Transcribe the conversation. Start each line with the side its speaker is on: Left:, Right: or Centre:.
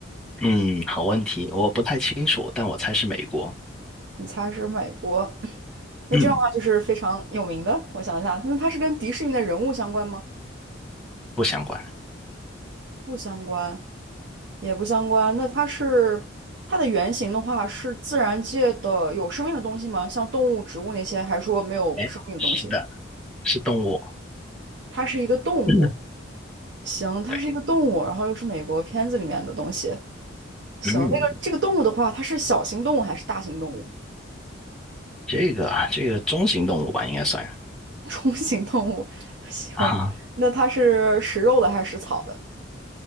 Centre: 嗯，好问题，我不太清楚，但我猜是美国。
Right: 你猜是美国？<laughs> <clears throat> 那这样的话就是非常有名的。
Centre: 嗯，
Right: 我想一下，那它是跟迪士尼的人物相关吗？
Centre: 不相关。
Right: 不相关，也不相关。那它是它的原型的话，是自然界的有生命的东西吗？像动物、植物那些，还是说没有生命的东西？
Centre: 哎，是的，是动物。
Right: 它是一个动物。
Centre: 嗯
Right: 行，它是一个动物，
Centre: 对，
Right: 然后又是美国片子里面的东西。行，
Centre: 嗯，
Right: 那个这个动物的话，它是小型动物还是大型动物？
Centre: 这个啊这个中型动物吧，应该算。<laughs>
Right: <laughs> 中型动物。<laughs> 行，
Centre: 啊。
Right: 那它是食肉的还是食草的？